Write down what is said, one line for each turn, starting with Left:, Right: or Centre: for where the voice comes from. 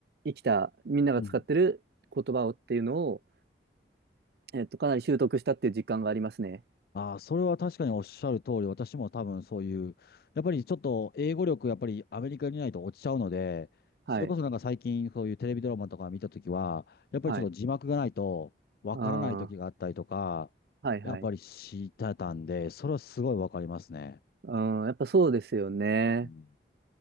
Right: 生きた、みんなが使ってる言葉をっていうのを、
Left: うん。
Right: えっと、かなり習得したっていう実感がありますね。
Left: ああ、それは確かにおっしゃる通り、私も多分そういう、やっぱりちょっと英語力、やっぱりアメリカにいないと落ちちゃうので、
Right: はい。
Left: それこそなんか最近そういうテレビドラマとか見たときは、やっぱりちょっと字幕がないとわからないときがあったりとか、
Right: はい。ああ、はいはい。
Left: やっぱり知ってたんで、それはすごいわかりますね。
Right: うん、やっぱそうですよね。
Left: うん